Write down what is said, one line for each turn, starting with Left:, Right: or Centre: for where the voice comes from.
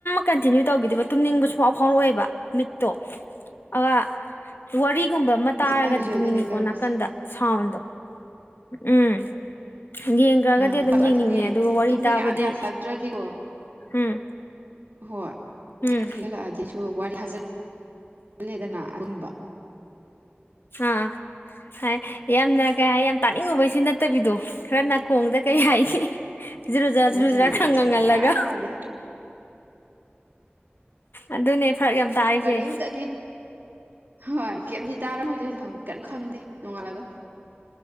Left: ꯀꯟꯇꯤꯅ꯭ꯌꯨ ꯇꯧꯈꯤꯗꯣꯏꯕ ꯇꯨꯝꯅꯤꯡꯕ ꯁꯨꯛ ꯐꯥꯎ ꯐꯥꯎꯔꯛ ꯑꯣꯏꯕ ꯃꯤꯠꯇꯣ ꯑ ꯋꯥꯔꯤ ꯁꯤꯒꯨꯝꯕ ꯑꯃ ꯇꯥꯔꯒꯗꯤ
Right: ꯑꯩꯁꯨ ꯑꯗꯨꯅꯦ
Left: ꯇꯨꯝꯅꯤꯡꯉꯤꯀꯣ
Right: ꯇꯧꯔꯤꯁꯦ
Left: ꯅꯥꯀꯟꯗ ꯁꯥꯎꯟꯗꯣ ꯎꯝ ꯌꯦꯡꯈ꯭ꯔꯒꯗꯤ
Right: ꯑꯥ
Left: ꯑꯗꯨꯝ
Right: ꯍꯣꯏ
Left: ꯌꯦꯡꯅꯤꯡꯉꯦ
Right: ꯑꯗꯨꯅꯦ
Left: ꯑꯗꯨꯒ ꯋꯥꯔꯤ
Right: ꯇꯨꯝꯕ
Left: ꯇꯥꯕꯗꯤ
Right: ꯌꯥꯗ ꯌꯥꯁꯜꯂꯛꯇ꯭ꯔꯗꯤꯀꯣ
Left: ꯎꯝ
Right: ꯍꯣꯏ ꯊꯦꯡꯗ
Left: ꯎꯝ
Right: ꯊꯦꯡꯖꯤꯜꯂꯛꯑꯗꯤ ꯁꯨꯝ ꯁꯨ ꯋꯥꯔꯤ ꯍꯥꯏꯖꯂꯦꯗꯅ ꯑꯗꯨꯝꯕ
Left: ꯑꯥ ꯍꯥꯏ ꯌꯥꯝꯅ ꯀꯩ ꯍꯥꯏ ꯌꯥꯝ ꯇꯥꯅꯤꯡꯉꯨꯕꯩꯁꯨ ꯅꯠꯇꯕꯤꯗꯣ ꯈꯔ ꯅꯥꯀꯣꯡꯗ ꯀꯩ ꯍꯥꯏꯒ ꯖꯔꯨ ꯖꯔ
Right: ꯅꯠꯇ꯭ꯔꯗꯤ
Left: ꯖꯔꯨ ꯖꯔ
Right: ꯑꯗꯨꯝ
Left: ꯈꯔ ꯉꯪꯍꯜꯂꯒ
Right: ꯁꯨꯡꯌꯥ ꯌꯥꯗꯦ
Left: ꯑꯗꯨꯅꯦ ꯐꯔꯛ ꯌꯥꯝ ꯇꯥꯔꯤꯁꯦ
Right: ꯀꯔꯤꯝ ꯇꯗꯤ ꯍꯣꯏ ꯀꯩꯝꯗꯤ ꯇꯥꯔꯝꯃꯣꯏꯗꯣꯏ ꯀꯟꯅ ꯈꯪꯗꯦ ꯅꯣꯡꯉꯥꯜꯂꯒ